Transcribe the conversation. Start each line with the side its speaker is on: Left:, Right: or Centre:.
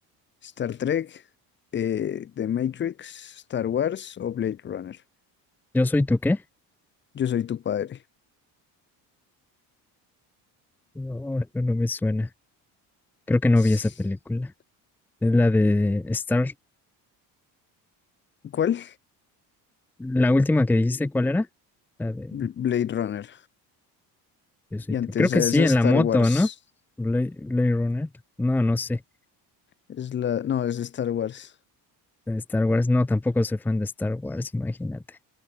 Left: ¿Star Trek, eh, The Matrix, Star Wars o Blade Runner?
Centre: ¿Yo soy tú qué?
Left: Yo soy tu padre.
Centre: No, no, no me suena. Creo que no
Left: <laughs>
Centre: vi esa película. Es la de Star.
Left: ¿Cuál?
Centre: La última que dijiste, ¿cuál era? La de
Left: Bl- Blade Runner.
Centre: Yo soy
Left: Y antes
Centre: tu- Creo que
Left: a
Centre: sí,
Left: esa
Centre: en
Left: Star
Centre: la moto,
Left: Wars.
Centre: ¿no? Blade, Blade Runner. No, no sé.
Left: Es la... No, es Star Wars.
Centre: La de Star Wars. No, tampoco soy fan de Star Wars, imagínate.